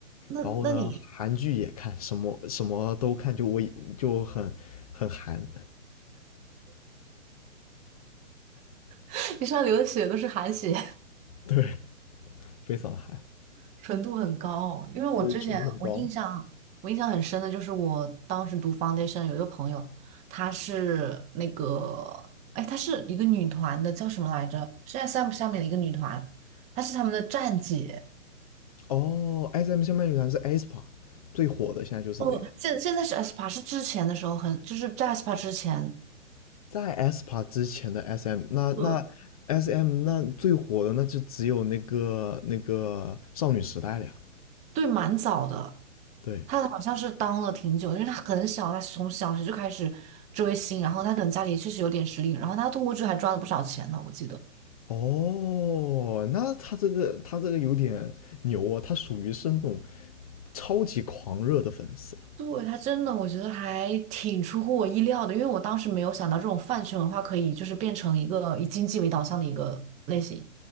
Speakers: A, on the right (about 20°); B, on the left (about 30°).
A: 那那你
B: 然后呢，韩剧也看，什么什么都看，就我就很很韩，
A: <laughs> 你上流的血都是韩血？
B: <laughs> 对，非常韩。
A: 纯度很高，因为我之前我印象我印象很深的就是我当时读
B: 所以程度很高。
A: foundation 有一个朋友，她是那个哎，她是一个女团的，叫什么来着？是 SM 下面的一个女团，她是他们的站姐。
B: 哦，S M 下面女团是 aespa，最火的现在就是这个。
A: 哦，现现在是 aespa，是之前的时候很就是在 aespa 之前，
B: 在 aespa 之前的 SM，那那
A: 呃，
B: SM 那最火的那就只有那个那个少女时代了呀。
A: 对，蛮早的。
B: 对，
A: 她好像是当了挺久，因为她很小，她从小学就开始追星，然后她可能家里确实有点实力，然后她通过这还赚了不少钱呢，我记得。
B: 哦，那他这个他这个有点牛哦，他属于是那种超级狂热的粉丝。
A: 对，他真的，我觉得还挺出乎我意料的，因为我当时没有想到这种饭圈文化可以就是变成一个以经济为导向的一个类型。